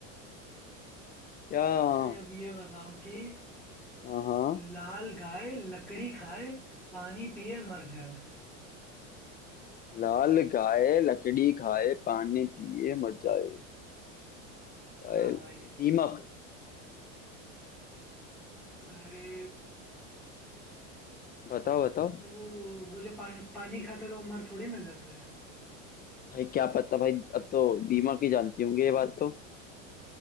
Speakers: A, on the left (about 25°); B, in the centre.
A: क्या हाँ
B: अच्छा अब ये बताओ कि
A: हाँ
B: लाल गाय लकड़ी खाए पानी पिए मर जाए
A: लाल गाय लकड़ी खाए पानी पिए मर जाए गाय-
B: हाँ भाई
A: दीमक
B: अरे
A: बताओ बताओ
B: तो वो जो पानी पानी खाता है तो वो मर थोड़ी ना जाता है
A: भाई क्या पता भाई अब तो दिमाग ही जानती होंगे ये बात तो